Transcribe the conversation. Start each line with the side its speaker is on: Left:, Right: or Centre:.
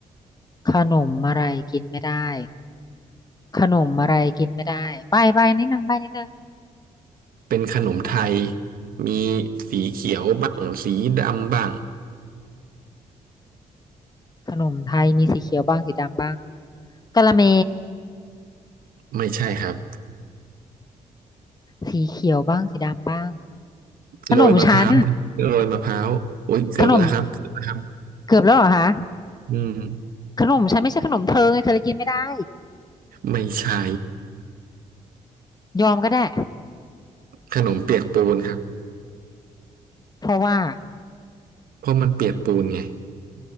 Left: ขนมอะไรกินไม่ได้ ขนมอะไรกินไม่ได้ใบใบนิดนึงใบนิดนึง
Right: เป็นขนมไทยมีสีเขียวบ้างสีดำบ้าง
Left: ขนมไทยมีสีเขียวบ้างสีดำบ้างกะละเม
Right: ไม่ใช่ครับ
Left: สีเขียวบ้างสีดำบ้างขนมชั้น
Right: โรยมะพร้าวโรยมะพร้าวโอ้ยเกือบแล้วครับเกือบแล้วครับ
Left: ขนมเกือบแล้วเหรอคะ
Right: อืม
Left: ขนมชั้นไม่ใช่ขนมเธอไงเธอเลยกินไม่ได้
Right: ไม่ใช่
Left: ยอมก็ได้
Right: ขนมเปียกปูนครับ
Left: เพราะว่า
Right: เพราะมันเปียกปูนไง